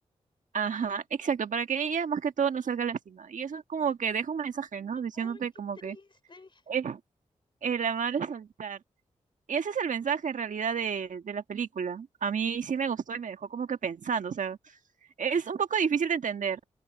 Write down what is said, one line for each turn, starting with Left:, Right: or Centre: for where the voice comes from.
Right: Ajá, exacto, para que ella más que todo no salga lastimada. Y eso es como que deja un mensaje, ¿no? Diciéndote
Left: ¡Ay, qué
Right: como
Left: triste!
Right: que es el amar es saltar. Y ese es el mensaje en realidad de, de la película. A mí sí me gustó y me dejó como que pensando. O sea, es un poco difícil de entender.